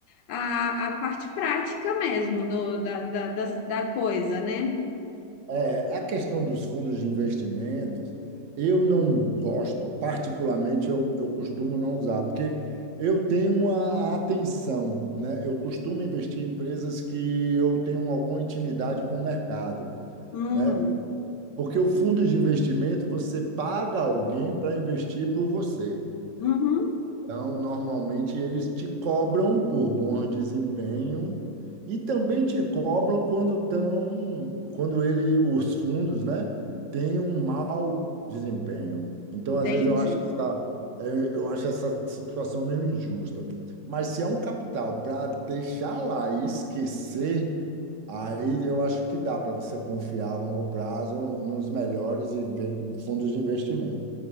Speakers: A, on the left; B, on the right.
A: a, a parte prática mesmo do, da, da, da, da coisa, né?
B: É, a questão dos fundos de investimentos, eu não gosto, particularmente eu, eu costumo não usar, porque eu tenho uma atenção, né? Eu costumo investir em empresas que eu tenho alguma intimidade com o mercado,
A: Hum,
B: né? Porque o fundo de investimento, você paga alguém para investir por você.
A: uhum,
B: Então, normalmente eles te cobram por bom desempenho e também te cobram quando estão, quando ele, os fundos, né, têm um mau desempenho. Então,
A: entendi.
B: às vezes eu acho essa, eh, eu acho essa situação meio injusta. Mas se é um capital para deixar lá e esquecer, aí eu acho que dá para você confiar a longo prazo nos melhores inve- fundos de investimento.